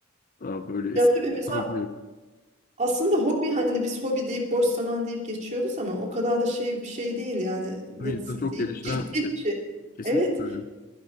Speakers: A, on the left; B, on the right.
A: Daha böyle eski
B: Ya tabii mesela
A: hobi yok.
B: aslında hobi hani biz hobi deyip boş zaman deyip geçiyoruz ama o kadar da şey bir şey değil yani nasıl
A: Tabii insanı çok
B: diyeyim?
A: geliştiren
B: Ciddi
A: bir şey.
B: bir şey.
A: Kesinlikle
B: Evet.
A: öyle.